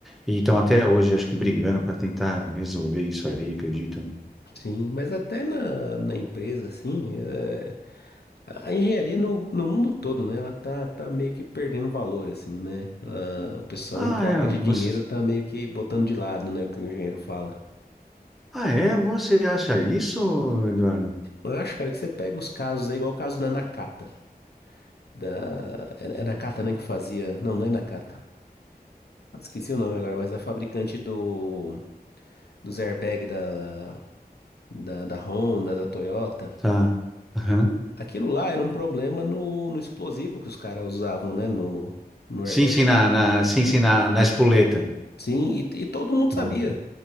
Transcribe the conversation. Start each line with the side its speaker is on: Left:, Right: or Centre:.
Centre: E estão até hoje, acho que, brigando para tentar resolver isso aí, acredito. né?
Left: Sim, mas até na, na empresa, assim, é, a engenharia no, no mundo todo, né? Ela tá, tá meio que perdendo valor, assim, né? Ela- o pessoal,
Centre: Ah,
Left: em troca
Centre: é,
Left: de dinheiro,
Centre: você...
Left: tá meio que botando de lado, né? O que o engenheiro fala.
Centre: ah, é, você acha isso, Eduardo?
Left: Eu acho, cara, que você pega os casos aí, igual o caso da Nakata. da é, é Nakata, né, que fazia. Não, não é Nakata. Esqueci o nome agora, mas a fabricante do dos airbag da da, da Honda, da Toyota.
Centre: Tá. Aham.
Left: Aquilo lá era um problema no, no explosivo que os caras usavam, né, no no
Centre: Sim,
Left: airbag.
Centre: sim, na, na- sim, sim, na, na espoleta.
Left: Sim, e, e todo mundo sabia.
Centre: É.